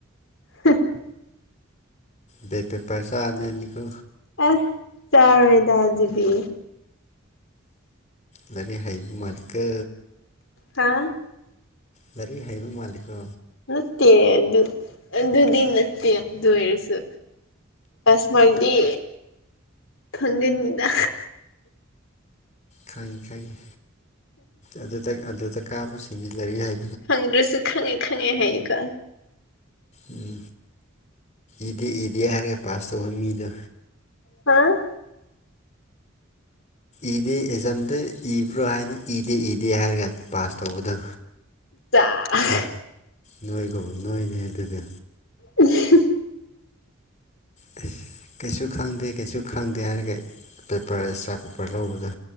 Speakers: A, on the left; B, on the left.
A: <unintelligible>
B: ꯕꯦ ꯄꯦ ꯄꯔꯆꯥ ꯖꯅꯤ ꯀꯦ
A: ꯑꯁ ꯆꯥꯔꯣꯏꯗ ꯑꯗꯨꯗꯤ
B: ꯂꯩꯔꯤꯛ ꯍꯩꯕ ꯃꯥꯜꯂꯤꯀꯣ
A: ꯍꯥꯥ
B: ꯂꯥꯏꯔꯤꯛ ꯍꯩꯕ ꯃꯥꯂꯤꯀꯣ
A: ꯅꯠꯇꯦ ꯑꯗꯨ ꯑꯗꯨꯗꯤ ꯅꯠꯇꯦ ꯑꯗꯨ ꯑꯣꯏꯔꯁꯨ ꯑꯁꯃꯥꯏꯗꯤ ꯐꯪꯒꯟꯅꯤꯗ
B: ꯈꯪꯉꯤ ꯈꯪꯉꯤ ꯑꯗꯨꯗ ꯑꯗꯨꯗ ꯀꯥꯕꯁꯤꯡꯖꯤꯜꯂꯔꯤ ꯍꯥꯏ
A: ꯈꯪꯗ꯭ꯔꯁꯨ ꯈꯪꯉꯦ ꯈꯪꯉꯦ ꯍꯥꯏꯌꯦꯀꯣ
B: ꯎꯝ ꯏꯗꯦ ꯏꯗꯦ ꯍꯥꯏꯔꯒ ꯄꯥꯁ ꯇꯧꯕ ꯃꯤꯗꯣ
A: ꯍꯨꯝ
B: ꯏꯗꯦ ꯑꯦꯛꯖꯥꯝꯗ ꯏꯕ꯭ꯔꯣ ꯍꯥꯏꯗꯤ ꯏꯗꯦ ꯏꯗꯦ ꯍꯥꯏꯔꯒ ꯄꯥꯁ ꯇꯧꯕꯗ
A: <unintelligible>
B: ꯅꯣꯏꯒꯨꯝꯕ ꯅꯣꯏꯅꯦ ꯑꯗꯨꯗꯤ
A: ꯎꯝ
B: ꯑꯁ ꯀꯩꯁꯨ ꯈꯪꯗꯦ ꯀꯩꯁꯨ ꯈꯪꯗꯦ ꯍꯥꯏꯔꯒ ꯄꯦꯄꯔ ꯑꯦꯛꯁꯇ꯭ꯔꯥ ꯄꯦꯄꯔ ꯂꯧꯕꯗꯣ